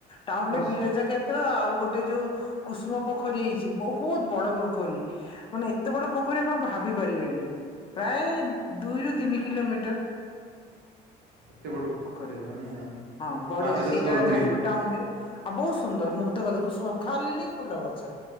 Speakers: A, on the left (about 30°); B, on the right (about 75°).
A: ଟାଉନରେ
B: ହଁ
A: ବିରେଜା କ୍ଷେ ସେ ଆଉ ଗୋଟେ ଯୋଉ କୁସୁମ ପୋଖରୀ ହେଇଛି ବହୁତ ବଡ ପୋଖରୀ। ମାନେ ଏତେ ବଡ ପୋଖରୀ ଆପଣ ଭାବି ପାରିବେନି ପ୍ରାୟ ଦୁଇରୁୁ ତିନି କିଲୋମିଟର।
B: ଏତେ ବଡ
A: ପୋଖରୀ
B: ମାନେ
A: ହଁ ବଢିଆ
B: ମାଛ ଚାଷ
A: ସେଇଟା
B: କରନ୍ତି
A: ଯାଜପୁର
B: କି ଏଠି
A: ଟାଉନ ରେ। ଆଉ ବହୁତ ସୁନ୍ଦର ମୁଗ୍ଧ କରିଦବ କୁସୁମ ଖାଲି ଫୁଲ ଗଛ।